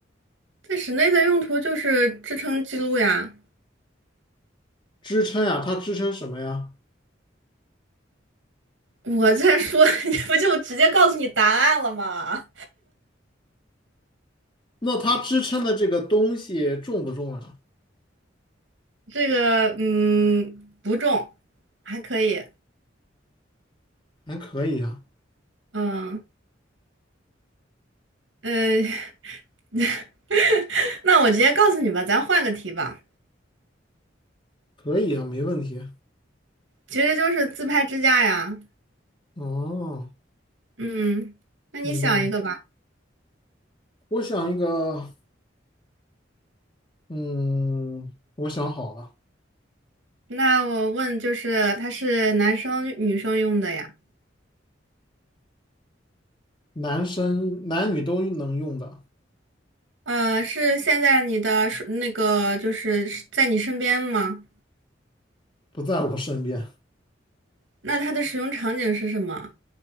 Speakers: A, on the right; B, on the left.
A: 在室内的用途就是支撑记录呀。
B: 支撑呀，它支撑什么呀？
A: 我在说，<laughs> 这不就直接告诉你答案了吗？
B: 那它支撑的这个东西重不重啊？
A: 这个，嗯，不重，还可以，
B: 还可以啊，
A: 嗯，呃，<laughs> 那我直接告诉你吧，咱换个题吧，
B: 可以啊，没问题。
A: 其实就是自拍支架呀，
B: 哦，
A: 嗯，那你想一个吧。
B: 明白了。我想一个，嗯，我想好了，
A: 那我问，就是它是男生女生用的呀？
B: 男生男女都能用的，
A: 呃，是现在你的手那个就是是在你身边吗？
B: 不在我身边。
A: 那它的使用场景是什么？